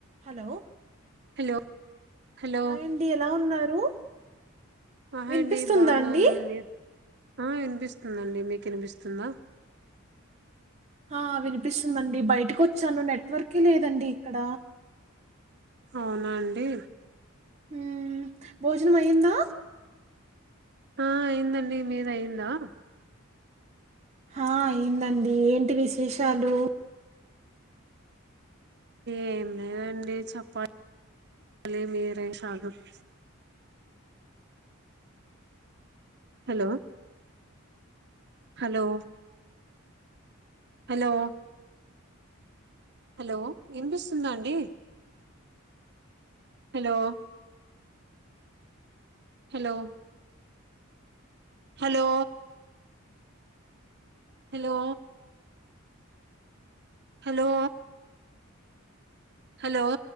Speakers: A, on the right (about 30°); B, on the right (about 55°).
A: హలో
B: హలో హలో
A: హాయండి ఎలా ఉన్నారు
B: ఆహ
A: వినిపిస్తుందా
B: అండి బాగున్నాను
A: అండి
B: మీ ఆ వినిపిస్తు ఉందండి మీకు వినిపిస్తుందా
A: ఆ వినిపిస్తుందిండి బయటకి వచ్చాను నెట్వర్కే లేదండి ఇక్కడ
B: అవునాండి
A: ఉమ్ భోజనం అయ్యిందా
B: ఆ అయిందండి మీది అయిందా
A: ఆ అయిందండి ఏంటి విశేషాలు
B: ఏం లేదండి చెప్పాలి భలే మేరే సాగుక్
A: అ
B: హలో హలో హలో హలో వినిపిస్తుందా అండి hello hello hello hello hello hello